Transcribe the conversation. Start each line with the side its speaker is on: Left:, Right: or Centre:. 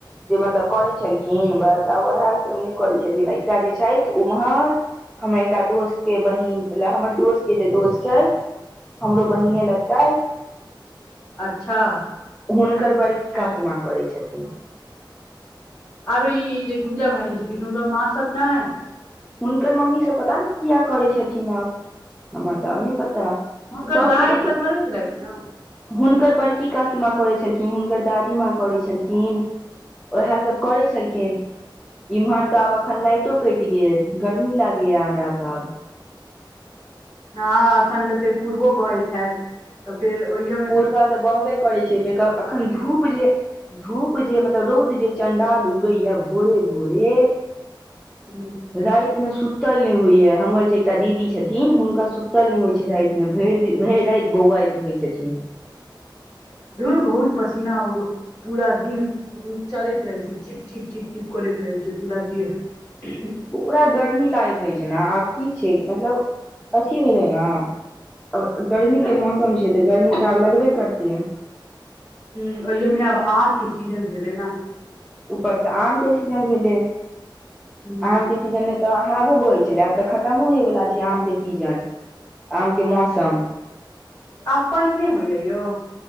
Centre: जे मतलब करै छलखिन बस आब उएह सब नहि करै छथिन एकटा जे छथि उम्हर हमर एकटा दोस्त के बहिन छलै हमर दोस्त के जे दोस्त छथि हमरो बहिने लगतथि
Left: अच्छा
Centre: हुनकर बड़की काकिमां करै छथिन
Left: आओरो ई जे गूंजा भाइजी छथिन हुनकर माँ सब नहि
Centre: हुनकर मम्मी सब पता नै किया करै छथिन आब हमरा तऽ आब नय पता
Left: हुनकर
Centre: सभके
Left: दाइ
Centre: देखियौ
Left: तऽ करै छलथि ने
Centre: हुनकर बड़की काकी माँ करै छलखिन हुनकर दादी माँ करै छलखिन ओएह सब करै छलखिन इम्हर तऽ आब अखन लाइटो कटि गेल गर्मी लागैया हमरा तऽ आब
Left: हँ अखन तऽ फेर पूर्बो बहति हैत तऽ फेर ओहि
Centre: पूरवा तऽ बहबे करै छै फेर एखन धूप जे धूप जे मतलब रौद जे चंडाल उगैया भोरे भोरे
Left: हूं
Centre: राति मे सुतल नय होइया हमर जे एकटा दीदी छथिन हुनका सुतल नय होइ छै राति भरि दिन भरि राति बौआइत रहै छथिन
Left: धूर बहुत पसीना पूरा दिन चलति रहै छै चिप चिप चिप चिप करति रहै छै पूरा देह <unintelligible>
Centre: पूरा गर्मी लागैत रहै छै न आब की छै मतलब अथी भेलै न आब गर्मी के मौसम छै तऽ गर्मी तऽ आब लगबे करतेै
Left: ह ओहियमे आब आमके सीजन भेलै न
Centre: ऊपरसँ आम के सीजन भेले
Left: ह
Centre: आम के सीजन मे तऽ हावो बहै छले आब तऽ खतमो होय वला छै आम के सीजन आम के मौसम
Left: आब पइन नय होइया यौ